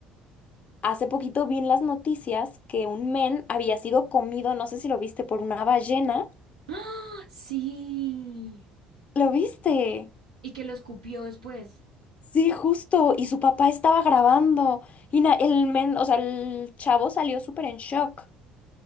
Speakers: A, on the left; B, on the right.
A: Hace poquito vi en las noticias que un men había sido comido, no sé si lo viste, por una ballena.
B: ¡Ah! Sí.
A: ¿Lo viste?
B: Y que lo escupió después.
A: Sí, justo, y su papá estaba grabando, y na- el men, o sea, el chavo salió súper en shock.